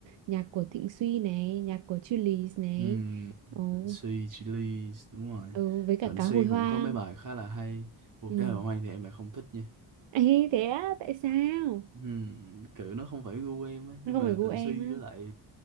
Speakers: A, on the right (about 80°); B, on the right (about 45°).
A: nhạc của Thịnh Suy này, nhạc của Chillies này.
B: ừ
A: Ồ,
B: Thịnh Suy Chillies đúng rồi
A: ừ, với cả
B: Thịnh
A: cá
B: Suy
A: hồi hoang.
B: cũng có mấy bài khá là hay Ồ,
A: Ừ.
B: cá hồi hoang thì em lại không thích nha
A: Ê, thế á, tại sao?
B: ừ, kiểu nó không phải gu em á nhưng
A: Nó không
B: mà
A: phải gu
B: Thịnh
A: em
B: Suy
A: á.
B: với lại